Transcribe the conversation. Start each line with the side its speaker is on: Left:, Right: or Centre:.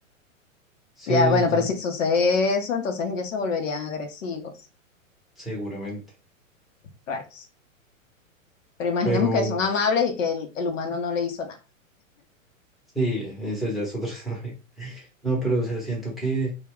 Centre: Sí,
Left: Ya, bueno,
Centre: entonces,
Left: pero si sucede eso, entonces ellos se volverían agresivos,
Centre: seguramente.
Left: raros. Pero imaginemos
Centre: Pero
Left: que son amables y que el, el humano no le hizo nada,
Centre: sí, eso ya es otro <laughs> escenario. No, pero o sea, siento que,